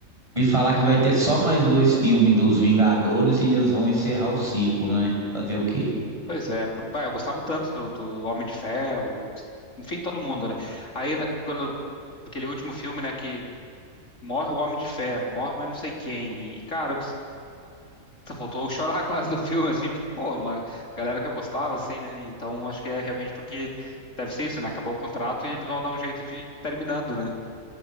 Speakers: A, on the right; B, on the left.
A: Vi falar que vai ter só mais dois filmes dos Vingadores e eles vão encerrar o ciclo, né? Fazer o quê?
B: Pois é, por- bah, eu gostava tanto do, do Homem de Ferro, eu t- enfim, todo mundo, né? Aí, na- quando aquele último filme, né, que morre o Homem de Ferro, morre mais não sei quem, e cara, Só faltou eu chorar <laughs> quase no filme, assim, porque, pô, uma galera que eu gostava, assim, né? Então acho que é realmente porque deve ser isso, né? Acabou o contrato e eles vão dar um jeito de ir terminando, né?